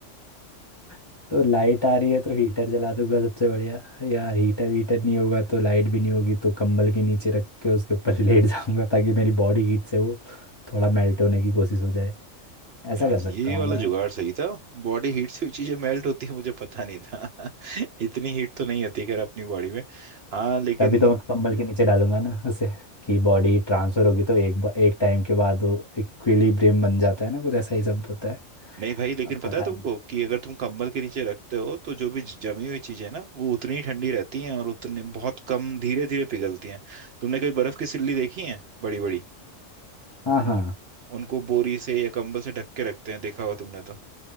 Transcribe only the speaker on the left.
<laughs> तो लाइट आ रही है तो हीटर जला दूंगा सबसे बढ़िया या हीटर वीटर नहीं होगा तो लाइट भी नहीं होगी तो कंबल के नीचे रख के उसके ऊपर <laughs> लेट जाऊंगा ताकि मेरी बॉडी हीट से वो थोड़ा मेल्ट होने की कोशिश हो जाए ऐसा
कर
सकता हूँ
मैं
तभी तो मैं कंबल के नीचे डालूंगा ना उसे कि बॉडी ट्रांसफर होगी तो एक बा- एक टाइम के बाद वो इक्विलिब्रियम बन जाता है ना कुछ ऐसा ही शब्द होता है
अब
पता
नहीं
हाँ हाँ